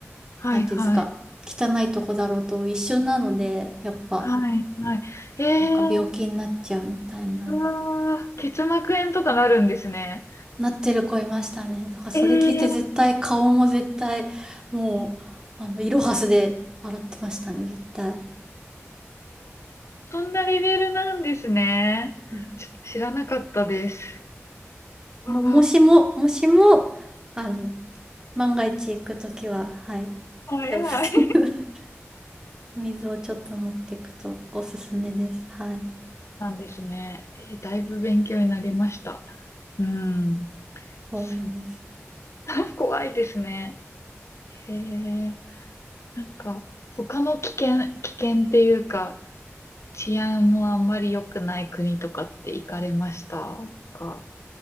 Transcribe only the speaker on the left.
はいはい。
はいはい。えー、
うわー、結膜炎とかなるんですね。
えー、
そんなレベルなんですね。
ちょっと知らなかったです。
ああ、
早い。
なんですね。えーだいぶ勉強になりました。うん。
すごい怖いですね。へえ。なんか、他の危険、危険っていうか、治安もあんまり良くない国とかって行かれましたか